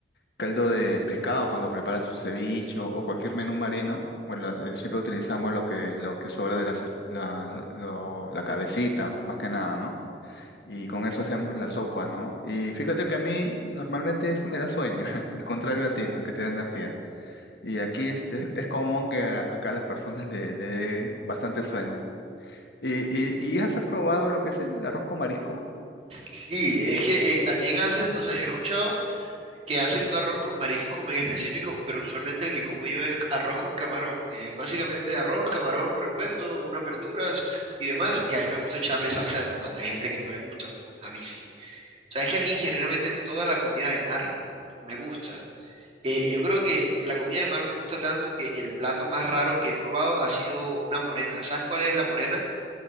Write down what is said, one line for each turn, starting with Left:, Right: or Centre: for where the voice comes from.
Left: caldo de pescado cuando preparas su ceviche o, o cualquier menú marino. Bueno, la- eh, siempre utilizamos lo que, lo que sobra de las es- la, la lo- la cabecita, más que nada, ¿no? Y con eso hacíamos la sopa, ¿no? Y fíjate que a mí normalmente eso me da sueño, <laughs> el contrario a ti, ¿no? Que te da energía. Y aquí este, es, es común que a- acá a las personas le, le dé bastante sueño. ¿Y, y, y has probado lo que es el arroz con marisco?
Right: Sí, es que eh, también hacen, o sea, yo he escuchado que hacen un arroz con mariscos como en específico, pero usualmente el que como yo es arroz con camarón, que es básicamente arroz, camarón revuelto, unas verduras y demás, y a mí me gusta echarle salsa de tomate, hay gente que no le gusta, pero a mí sí. O sea, es que a mí genuinamente toda la comida de mar me gusta. Eh, yo creo que la comida de mar me gusta tanto que el plato más raro que he probado ha sido una morena. ¿Sabes cuál es la morena?